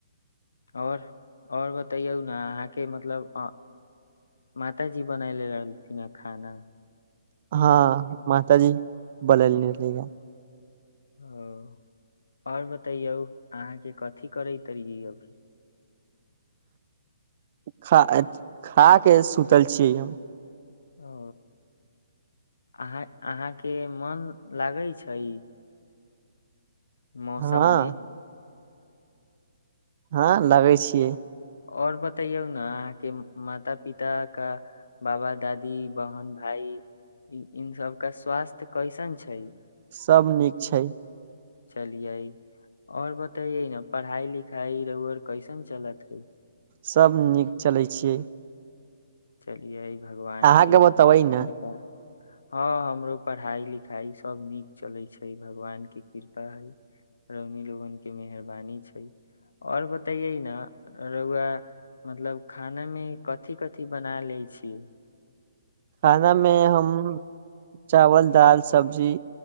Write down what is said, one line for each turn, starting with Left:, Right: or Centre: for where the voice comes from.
Left: आओर आओर बतैयौ न अहाँके मतलब मातााजी बनायले रहलथिन ह खाना
Right: हँ मात जी बनैले रहिया
Left: ओ आओर बतैयौ अहाँके कथी करैत रियै
Right: खा खा के सुतल छियै हम
Left: ओ अहाँ अहाँके मन लागै छै मौसम
Right: हँ
Left: मे
Right: हँ लगै छियै
Left: और बतयौ ने अहाँ के माता पिता का बाबा दादी बहन भाई इन सब कऽ स्वास्थ्य कैसन छै
Right: सभ नीक छै
Left: चलिये आओर बतैये न पढ़ाई लिखाई रौअर कैसन चलातै हइ
Right: सभ नीक चलै छियै
Left: चलिए भगवान
Right: अहाँके
Left: के
Right: बतबै ने
Left: कृपा हँ हमरो पढ़ाइ लिखाइ सभ नीक चलै छै भगवानके कृपा हइ रौनी लोगन के मेहरबानी छै आओर बताइये न रउआ मतलब खाना मे कथि कथि कथी बना लै छी
Right: खानामे हम चावल दाल सब्जी